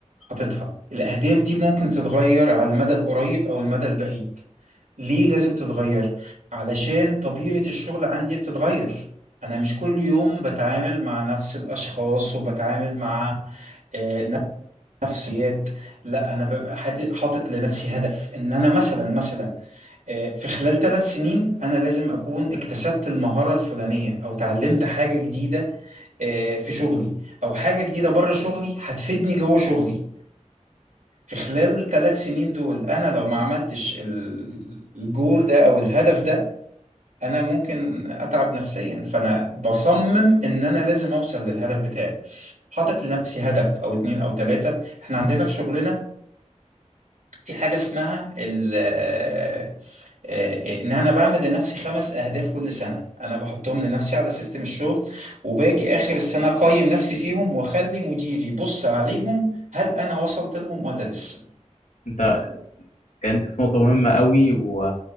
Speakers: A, on the right (about 85°); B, on the left (about 85°).
A: حاططها الاهداف دي ممكن تتغير على المدى القريب او المدى البعيد ليه لازم تتغير علشان طبيعة الشغل عندي بتتغير انا مش كل يوم بتعامل مع نفس الاشخاص وبتعامل مع آه، نفسيات لا انا ببقى حاط- حاطط لنفسي هدف ان انا مثلا مثلا آه، في خلال ثلاث سنين انا لازم اكون اكتسبت المهارة الفلانية او اتعلمت حاجة جديدة آه، في شغلي او حاجه جديده بره شغلي هتفيدني جوه شغلي في خلال ثلاث سنين دول انا لو ما عملتش ال- الجول ده او الهدف ده انا ممكن اتعب نفسيا فانا بصمم ان انا لازم اوصل للهدف بتاعي حاطط لنفسي هدف او اتنين او تلاتة احنا عندنا في شغلنا في حاجة اسمها ال آه، آه، ان انا بعمل لنفسي خمس اهداف كل سنة انا بحطهم لنفسي على سيستم الشغل وباجي اخر السنة اقيم نفسي فيهم واخلي مديري يبص عليهم هل انا وصلت لهم ولا لسه
B: انت كانت في نقطة مهمة قوي و...